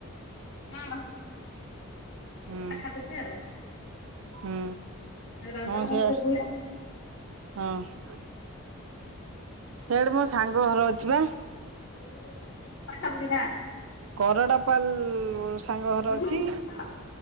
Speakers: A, on the left; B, on the right.
A: ହଁ ଏଇଠି
B: ହୁଁ
A: ପାଖାପାଖି ଆଉ,
B: ହୁଁ
A: ରଜ
B: ହଁ
A: ମହୋତ୍ସବ
B: ସେୟା,
A: ହୁଏ
B: ହଁ ସେଆଡେ ମୋ ସାଙ୍ଗ ଘର ଅଛି ବା।
A: କୋଉଠି କହିଲ ପାଖାପାଖି
B: କରଡ଼ା ପାାଲ୍ ମ ସାଙ୍ଗ
A: ଗାଁ।
B: ଘର ଅଛି।